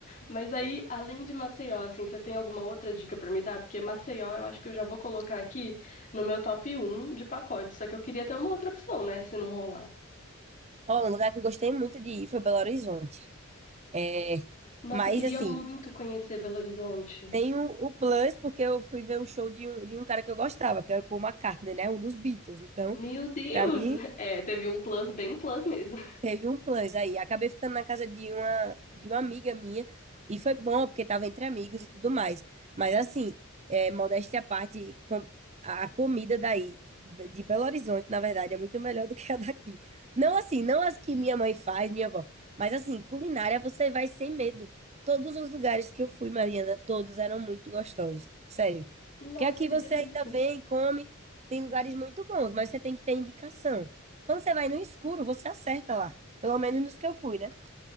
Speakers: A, on the left; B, on the right.
A: Mas aí, além de Maceió, assim, você tem alguma outra dica pra me dar? Porque Maceió, eu acho que eu já vou colocar aqui no meu top um de pacote. Só que eu queria ter uma outra opção, né, se não rolar.
B: Ó, um lugar que eu gostei muito de ir foi Belo Horizonte. É,
A: Nossa,
B: mas
A: eu queria
B: assim,
A: muito conhecer Belo Horizonte.
B: tem o, o plus, porque eu fui ver o show de um, de um cara que eu gostava, que era o Paul McCartney, né? Um dos Beatles. Então,
A: Meu Deus!
B: pra mim,
A: <laughs> É, teve um plus bem plus mesmo.
B: Teve um plus aí. Acabei ficando na casa de uma, de uma amiga minha. E foi bom, porque tava entre amigos e tudo mais. Mas assim, é, modéstia à parte, com- a a comida daí, d- de Belo Horizonte, na verdade, é muito melhor do que a daqui. Não assim, não as que minha mãe faz, minha avó. Mas assim, culinária você vai sem medo. Todos os lugares que eu fui, Mariana, todos eram muito gostosos. Sério.
A: Nossa,
B: Porque aqui
A: que
B: você
A: delícia.
B: ainda vem, come, tem lugares muito bons, mas você tem que ter indicação. Quando você vai no escuro, você acerta lá. Pelo menos nos que eu fui, né?